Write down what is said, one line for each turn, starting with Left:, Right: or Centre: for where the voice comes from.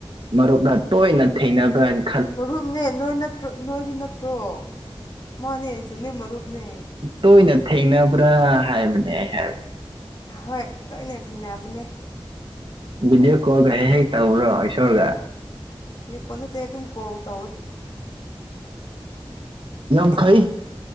Right: ꯃꯔꯨꯞꯅ ꯇꯣꯏꯅ ꯊꯦꯡꯅꯕꯅꯤ
Left: ꯃꯔꯨꯞꯅꯦ ꯅꯣꯏ ꯅꯠꯇ꯭ꯔꯣ ꯅꯣꯏꯗꯤ ꯅꯠꯇ꯭ꯔꯣ ꯃꯥꯅꯦ ꯆꯨꯝꯃꯦ ꯃꯔꯨꯞꯅꯦ
Right: ꯇꯣꯏꯅ ꯊꯦꯡꯅꯕ꯭ꯔꯥ ꯍꯥꯏꯕꯅꯦ ꯑꯩ ꯍꯥꯏꯕ
Left: ꯍꯣꯏ ꯇꯣꯏꯅꯦ ꯊꯦꯡꯅꯕꯅꯦ
Right: ꯚꯗꯤꯑꯣ ꯀꯣꯜꯒ ꯍꯦꯛ ꯍꯦꯛ ꯇꯧꯕ꯭ꯔꯣ ꯏꯁꯣꯔꯒ
Left: ꯌꯦꯀꯣꯟꯗꯗꯤ ꯑꯗꯨꯝ ꯀꯣꯜ ꯇꯧꯋꯦ
Right: ꯌꯥꯝ
Left: ꯚꯤꯗꯤꯑꯣ
Right: ꯐꯩ